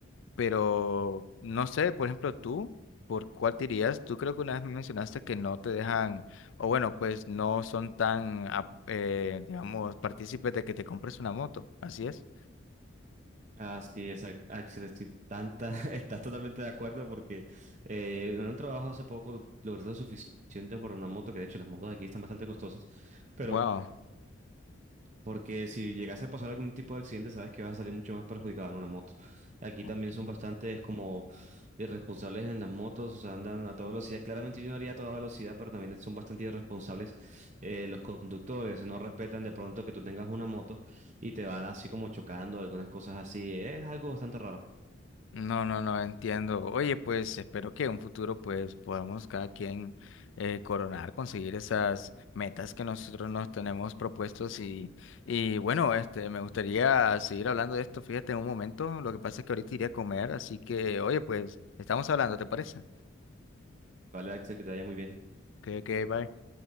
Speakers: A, on the left; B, on the right.
A: Pero no sé, por ejemplo, tú, ¿por cuál te irías? Tú creo que una vez me mencionaste que no te dejan, o bueno, pues no son tan, ap- eh, digamos, partícipes de que te compres una moto. Así es.
B: Así es, Ac- Axel, estoy tanta, <laughs> estás totalmente de acuerdo porque eh, en un trabajo hace poco logré lo suficiente por una moto, que de hecho las motos aquí están bastante costosas, pero
A: Wow.
B: porque si llegase a pasar algún tipo de accidente, sabes que vas a salir mucho más perjudicado en una moto. Aquí
A: ok,
B: también son bastantes como irresponsables en las motos, o sea, andan a toda velocidad. Claramente yo no haría a toda velocidad, pero también son bastante irresponsables eh, los conductores, no respetan de pronto que tú tengas una moto y te van así como chocando, algunas cosas así, es algo bastante raro.
A: No, no, no entiendo. Oye, pues espero que en un futuro pues podamos cada quien eh, coronar, conseguir esas metas que nosotros nos tenemos propuestos y, y bueno, este, me gustaría seguir hablando de esto, fíjate, en un momento, lo que pasa es que ahorita iré a comer, así que oye, pues estamos hablando, ¿te parece?
B: Vale, Axel, que te vaya muy bien.
A: Que, que, bye.